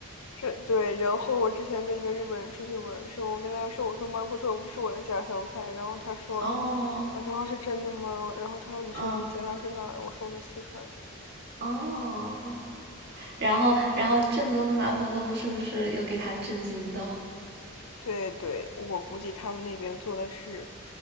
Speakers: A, on the left; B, on the right.
A: 这对，然后我之前跟一个日本人出去玩儿的时候，我跟他说，我说麻婆豆腐是我的家乡菜，然后他说，
B: 哦，
A: 我说啊是真的吗？然后他说你是你家乡是哪儿？
B: 嗯，
A: 我说我是四川的。
B: 哦。然后，然后正宗的麻婆豆腐是不是又给他震惊到？
A: 对对，我估计他们那边做的是